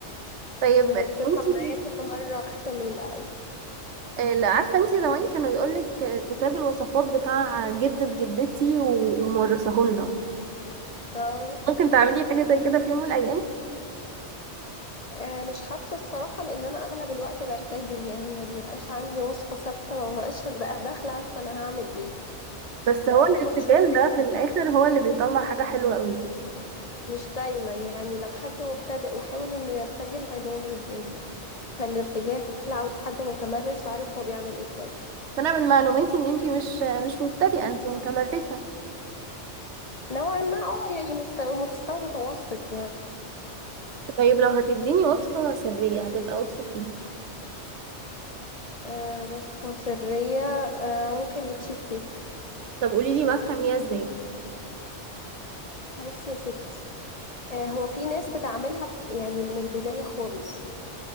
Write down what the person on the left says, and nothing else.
وبتطلع
معايا كل مرة احسن من الاول
اه
آه، مش حاسة الصراحة لان انا اغلب الوقت برتجل يعني ما بيبقاش عندي وصفة ثابتة ما ببقاش د- داخلة عارفة انا هعمل ايه
انا
بحط شوية حاجات
على
بعض
مش دايما يعني لو حد مبتدئ وحاول انه يرتجل هيبوظ الدنيا فالارتجال عاوز حد متمرس وعارف هو بيعمل ايه كويس
نوعا ما اه يعني مستوى مستوى متوسط يعني
آه بص مصرية آه ممكن للتشيز كيك
بص يا ستي آه هو في ناس بتعملها في يعني من البداية خالص